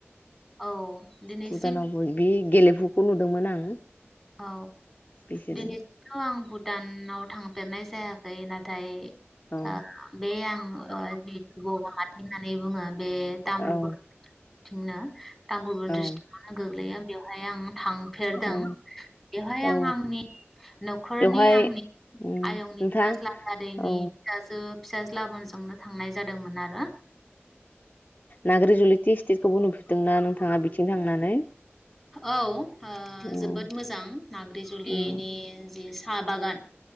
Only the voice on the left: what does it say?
भुटानावबो बि गेलेफुखौ नुदोंमोन आं।
बिसोरनि
औ
औ
औ
औ
औ
बेवहाय
उम
नोंथां
औ
नागिर जुलि दिसथिकखौबो नुफेरदोंना नोंथांङा बिथिं थांनानै?
औ
उम